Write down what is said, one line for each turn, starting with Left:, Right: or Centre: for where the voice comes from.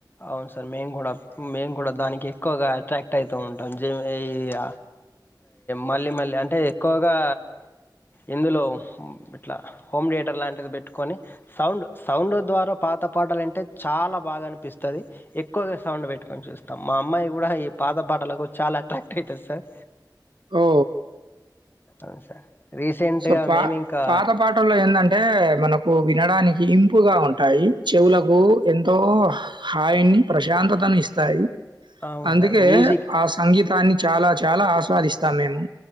Left: అవును సార్ మేము కూడా మేము కూడా దానికి ఎక్కువగా అట్రాక్ట్ అయితూ ఉంటాం. ఆహ్ ఈ య మళ్ళీ మళ్ళీ అంటే ఎక్కువగా ఇందులో ఇట్లా హోమ్ థియేటర్ లాంటిది పెట్టుకొని సౌండ్ సౌండ్ ద్వారా పాత పాటాలు వింటే చాలా బాగా అనిపిస్తది. వస్తది ఎక్కువగా సౌండ్ పెట్టుకొని చూస్తాం. మా అమ్మాయి కూడా ఈ పాత పాటలకు చాలా అట్రాక్ట్ అయితది సార్.
Right: ఓ.
Left: ఆహ్ సార్. రీసెంట్గా
Right: సో పా
Left: మేము ఇంకా
Right: పాత పాటల్లో ఏందంటే మనకు వినడానికి. ఇంపుగా ఉంటాయి. చెవులకు ఎంతో. హాయిని ప్రశాంతతను ఇస్తాయి.
Left: అవును
Right: అందుకే
Left: సార్ మ్యూజిక్
Right: ఆ సంగీత్. దాన్ని చాలా చాలా ఆస్వాదిస్తాను నేను.